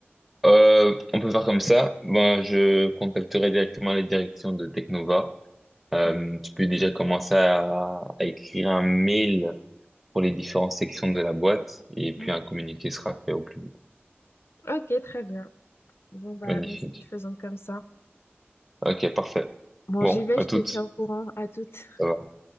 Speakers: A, in the centre; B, on the left (about 70°).
A: Euh, on peut faire comme ça. Ben, je contacterai directement les directions de Technova. Euh,
B: Ok,
A: tu peux déjà commencer à, à écrire un mail pour les différentes sections de la boîte et puis
B: Ok.
A: un communiqué sera fait au plus vite.
B: Ok, très bien. Bon, bah,
A: Magnifique.
B: nous faisons comme ça.
A: Ok, parfait.
B: Bon,
A: Bon,
B: j'y vais,
A: à
B: je
A: toutes.
B: te tiens au courant. À toutes.
A: Ça va.